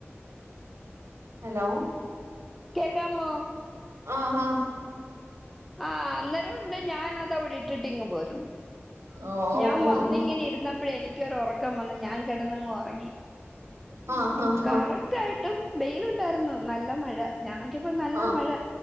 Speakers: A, on the right; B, in the centre.
A: ഹലോ
B: കേക്കാമോ?
A: ആഹ് ആഹ്‌
B: ആഹ് അന്നരം ഉണ്ട് ഞാൻ അത് അവിടെ ഇട്ടിട്ട് ഇങ്ങ് പോരുന്നു.
A: ഓ ഓ
B: ഞാൻ
A: ഓ
B: വന്നിങ്ങനെ
A: ഓ
B: ഇരുന്നപ്പഴേ എനിക്കൊരു ഉറക്കം വന്നു. ഞാൻ കിടന്നങ്ങ് ഉ ഉറങ്ങി
A: ആഹ് ആഹ്
B: കറക്റ്റ്
A: ആഹ്
B: ആയിട്ടും വെയിലുണ്ടായിരുന്നു. നല്ല മഴ ഞാൻ നോക്കിയപ്പം നല്ല
A: ആഹ്
B: മഴ.